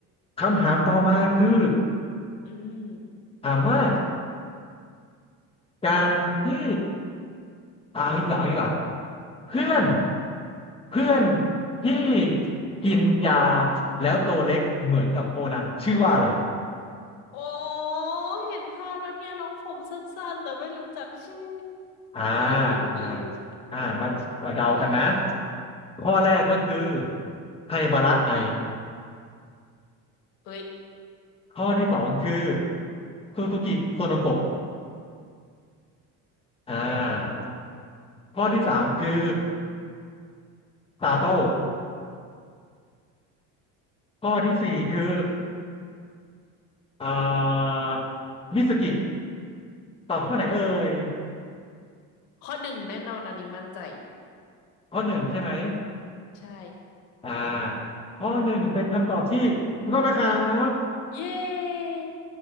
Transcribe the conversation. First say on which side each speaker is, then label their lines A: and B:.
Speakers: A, on the left (about 15°); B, on the left (about 80°).
A: คำถามต่อมาคือ
B: อืม
A: ถามว่าการที่อ่าเอางี้ดีกว่าเอางี้ดีกว่าเพื่อน
B: อืม
A: เพื่อนที่กินยาแล้วตัวเล็กเหมือนกับโคนันชื่อว่าอะไร
B: โอ้เห็นภาพแล้วเนี่ยน้องผมสั้นๆแต่ไม่รู้จักชื่อ
A: อ่า
B: <laughs>
A: อ่าอ่ามามาเดากันนะ
B: มา
A: ข้อแรกก็คือ
B: อืม
A: ไฮบาระไอ
B: เอ้ย
A: ข้อที่สองคือซูซูกิโซโนโกะอ่าข้อที่สามคือซาโต้ข้อที่สี่คือ
B: โอ้
A: อ่ามิสกิตอบข้อไหนเอ่ย
B: ข้อหนึ่งแน่นอนอันนี้มั่นใจ
A: ข้อหนึ่งใช่ไหม
B: ใช่
A: อ่าข้อหนึ่งเป็นคำตอบที่ถูกต้องนะครับ
B: เย้